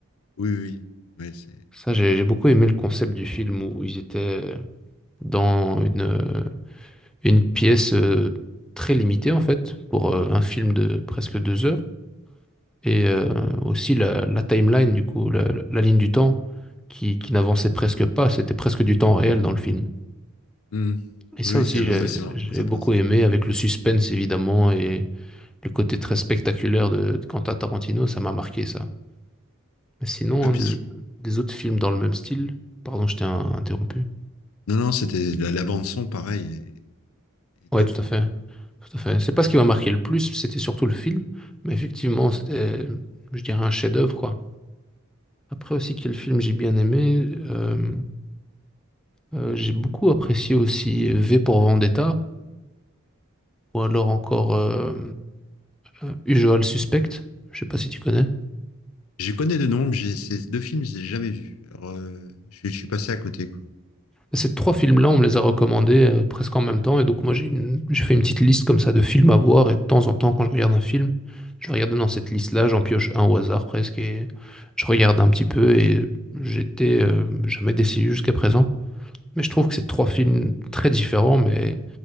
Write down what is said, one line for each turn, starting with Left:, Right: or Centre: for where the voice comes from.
Left: oui, oui, oui. ouais, c'est,
Centre: Ça, j'ai j'ai beaucoup aimé le concept du film où ils étaient dans une, euh, une pièce euh, très limitée en fait pour euh, un film de presque deux heures et euh, aussi la, la timeline du coup la, la- la ligne du temps qui, qui n'avançait presque pas c'était presque du temps réel dans le film
Left: Hmm.
Centre: et ça
Left: oui, oui,
Centre: aussi
Left: c'est, ouais,
Centre: j'ai
Left: c'est vraiment
Centre: j'ai
Left: sympa.
Centre: beaucoup
Left: Ça.
Centre: aimé avec le suspense évidemment et le côté très spectaculaire de, de Quentin Tarantino ça m'a marqué ça mais sinon
Left: Ouais,
Centre: hein,
Left: puis
Centre: des,
Left: tu-
Centre: des autres films dans le même style pardon je t'ai euh, interrompu
Left: non, non, c'était la, la bande son, pareil, est, est top
Centre: Ouais, tout
Left: quoi.
Centre: à fait. Tout à fait. C'est pas ce qui m'a marqué le plus, c'était surtout le film. Mais effectivement, c'était, je dirais, un chef-d'œuvre, quoi. Après aussi, quel film j'ai bien aimé. euh, euh, j'ai beaucoup apprécié aussi euh, V pour Vendetta, ou alors encore euh, euh, Usual Suspect. Je sais pas si tu connais.
Left: Je connais de nom, mais j'ai ces deux films, je les ai jamais vus. Alors, euh, je, je suis passé à côté quoi.
Centre: Ces trois films-là, on me les a recommandés euh, presque en même temps. Et donc, moi, j'ai une- j'ai fait une petite liste comme ça de films à voir. Et de temps en temps, quand je regarde un film, je vais regarder dans cette liste-là, j'en pioche un au hasard presque. Et je regarde un petit peu. Et j'étais euh, jamais déçu jusqu'à présent. Mais je trouve que c'est trois films très différents, mais